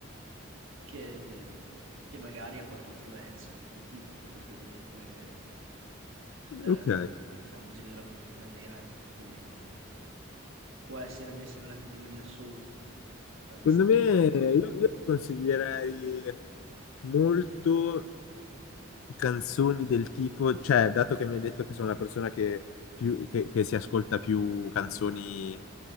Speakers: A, on the right (about 75°); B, on the left (about 80°).
A: che- che magari ha qualche influenza di quel tipo, anche perché comunque eh,
B: ok.
A: la, la musica della comunità nera è più, più o meno può essere messa nella categoria soul, anche se frase
B: Secondo
A: estremamente...
B: me io, io consiglierei molto canzoni del tipo, cioè, dato che mi hai detto che sono una persona che, più, che, che si ascolta più canzoni